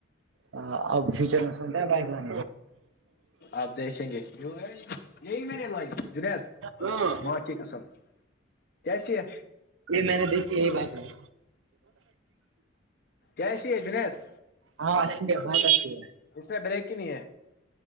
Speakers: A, on the right; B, on the left.
A: ہ ا <unintelligible> فیوچر میں کونتا ہے بائک ل م
B: آپ دیکھیں گے یہی میں نے لائی جنید
A: ہاں
B: ماں کی قسم کیسی ہے
A: یہ میں نے دیکھی یہی بک لائ
B: کیسی ہے جنید
A: ہاں اچھی ہے بہت اچھی
B: اس میں بریک کی نہیں ہے